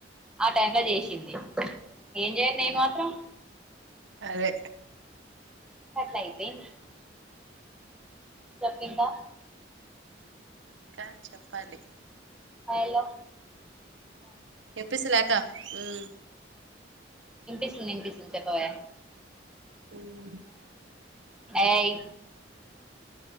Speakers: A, in the centre; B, on the right.
A: ఆ టైమ్ లో చేసింది ఏం చేయను నేను మాత్రం
B: అదే
A: అట్లా అయిపోయింది చెప్ ఇంకా
B: ఇంకా చెప్పాలి
A: ఐలో
B: ఎనిపిస్ లేకా హ్మ్మ్
A: ఇనిపిస్తుంది ఇనిపిస్తుంది చెప్పవే
B: హ్మ్మ్
A: ఏయ్